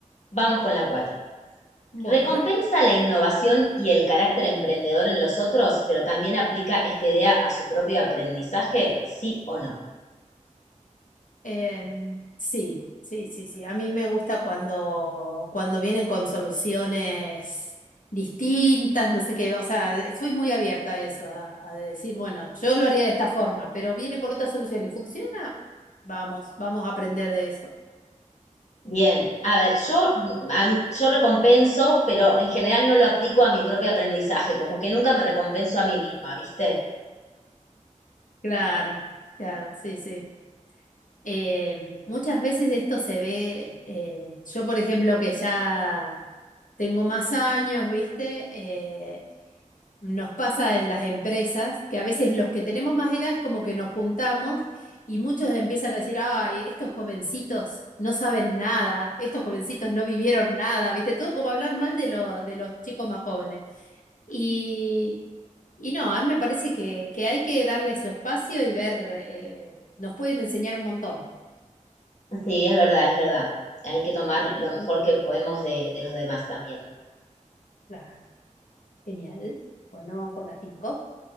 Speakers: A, on the left; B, on the left.
A: Vamos con la 4.
B: Bueno.
A: Recompensa la innovación y el carácter emprendedor en los otros, pero también aplica esta idea a su propio aprendizaje, ¿sí o no?
B: Em, sí, sí, sí, sí. A mí me gusta cuando, cuando vienen con soluciones distintas, no sé qué, o sea, eh, soy muy abierta a eso, a, a decir, bueno, yo lo haría de esta forma, pero viene con otra solución y funciona, vamos, vamos a aprender de eso.
A: Bien, a ver, yo, mm, a m- yo recompenso, pero en general no lo aplico a mi propio aprendizaje, como que nunca me recompenso a mí misma, ¿viste?
B: Claro, claro, sí, sí. Em, muchas veces esto se ve, eh, yo por ejemplo que ya tengo más años, ¿viste? Eh, Nos pasa en las empresas que a veces los que tenemos más edad es como que nos juntamos y muchos empiezan a decir, ay, estos jovencitos no saben nada, estos jovencitos no vivieron nada, ¿viste? Todo como hablar mal de, lo- de los chicos más jóvenes. Y, y no, a mí me parece que, que hay que darle su espacio y ver, eh, nos pueden enseñar un montón.
A: Sí, es verdad, es verdad. Hay que tomar lo
B: Ujú,
A: mejor que podemos de, de los demás también.
B: Claro, genial. Bueno, vamos por las cinco.